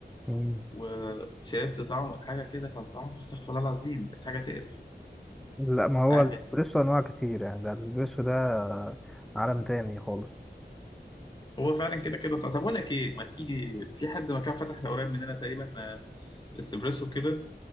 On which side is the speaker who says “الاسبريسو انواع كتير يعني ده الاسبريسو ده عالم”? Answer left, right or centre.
Centre